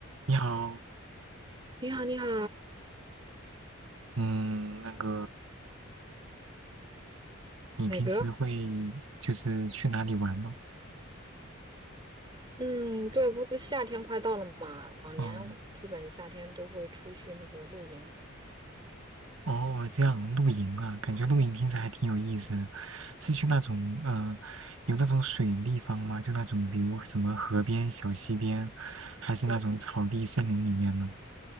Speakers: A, on the right; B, on the right.
A: 你好，
B: 你好，你好。
A: 嗯，那个，你平时会就是去哪里玩吗？
B: 哪个？嗯，对，不是夏天快到了嘛？往年我们基本夏天都会出去那个露营。
A: 嗯，哦，这样露营啊，感觉露营听着还挺有意思的，是去那种呃，有那种水地方吗？就那种比如什么河边、小溪边，还是那种草地、
B: 对，
A: 森林里面呢？